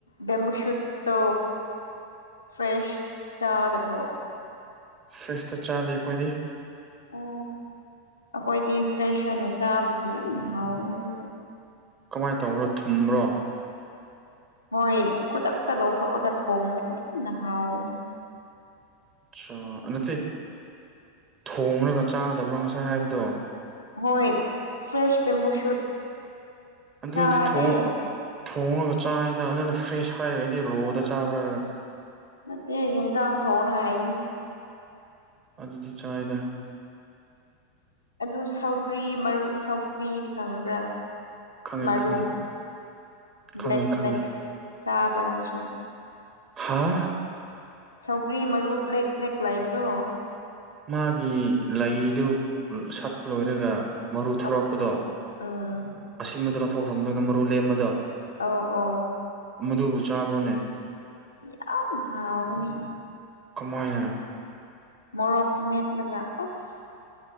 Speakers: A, on the left; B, on the right.
A: ꯕꯦꯝꯕꯨ ꯁꯨꯠꯇꯣ ꯐ꯭ꯔꯦꯁ ꯆꯥꯗꯕ꯭ꯔꯣ
B: ꯐ꯭ꯔꯤꯖꯇꯤ ꯆꯥꯗꯦ ꯑꯩꯈꯣꯏꯗꯤ
A: ꯑꯣ ꯑꯩꯈꯣꯏꯗꯤ ꯐ꯭ꯔꯦꯁ ꯑꯣꯏꯅ ꯆꯥꯕꯒꯤ ꯌꯥꯝꯅ ꯍꯥꯎꯕꯅꯤ ꯑꯗꯨꯒ
B: ꯀꯃꯥꯏꯅ ꯇꯧꯕ꯭ꯔꯣ ꯊꯨꯝꯕ꯭ꯔꯣ
A: ꯍꯣꯏ ꯈꯨꯗꯛꯇ ꯂꯧꯊꯣꯛꯑꯒ ꯊꯣꯡꯕꯗꯤ ꯌꯥꯝꯅ ꯍꯥꯎꯕꯅꯤ
B: ꯑꯠꯆꯥ ꯅꯠꯇꯦ ꯊꯣꯡꯉ꯭ꯔꯒ ꯆꯥꯒꯗꯕ꯭ꯔꯥ ꯉꯁꯥꯏ ꯍꯥꯏꯕꯗꯣ
A: ꯍꯣꯏ ꯐ꯭ꯔꯦꯁ ꯕꯦꯝꯕꯨ ꯁꯨꯠ
B: ꯑꯗꯨꯗꯤ
A: ꯆꯥꯗꯦ
B: ꯊꯣꯡ ꯊꯣꯡꯉꯒ ꯆꯥꯏꯗ ꯑꯗꯨꯅ ꯐ꯭ꯔꯦꯁ ꯍꯥꯏꯔꯒꯗꯤ ꯔꯣꯗ ꯆꯥꯕ꯭ꯔꯥ ꯍꯥꯢꯔꯒ
A: ꯅꯠꯇꯦ ꯌꯦꯟꯖꯥꯡ ꯊꯣꯡꯉꯒ ꯍꯥꯢꯕꯅꯤ
B: ꯑꯗꯨꯗꯤ ꯆꯥꯏꯗ
A: ꯑꯗꯨ ꯁꯧꯒ꯭ꯔꯤ ꯁꯧꯀ꯭ꯔꯤ ꯃꯔꯨ ꯁꯧꯒ꯭ꯔꯤꯗꯤ ꯈꯪꯕ꯭ꯔꯥ
B: ꯈꯪꯉꯦ
A: ꯃꯔꯨ
B: ꯈꯪꯉꯦ ꯈꯪꯉꯦ
A: ꯕ꯭ꯂꯦꯛ
B: ꯈꯪꯉꯦ
A: ꯕ꯭ꯂꯦꯛ ꯆꯥꯕ꯭ꯔꯥ ꯅꯣꯏꯁꯨ
B: ꯍꯥ
A: ꯁꯧꯒ꯭ꯔꯤ ꯃꯔꯨ ꯕ꯭ꯂꯦꯛ ꯕ꯭ꯂꯦꯛ ꯂꯩꯕꯗꯣ
B: ꯃꯥꯒꯤ ꯂꯩꯗꯨ ꯁꯥꯠꯄ ꯂꯣꯏꯔꯒ ꯃꯔꯨ ꯊꯣꯔꯛꯄꯗꯣ
A: ꯑꯧ ꯑꯧ ꯎꯝ
B: ꯑꯁꯤꯟꯕꯗꯨ ꯊꯣꯛꯈ꯭ꯔꯕ ꯃꯇꯨꯡꯗ ꯃꯔꯨ ꯂꯦꯝꯕꯗꯣ
A: ꯑꯧ ꯑꯧ
B: ꯑꯃꯗꯨꯕꯨ ꯆꯥꯕ꯭ꯔꯣꯅꯦ
A: ꯌꯥꯝ ꯍꯥꯎꯕꯅꯦ
B: ꯀꯃꯥꯏꯅ
A: ꯃꯣꯔꯣꯛ ꯃꯠꯂꯒ ꯑꯁ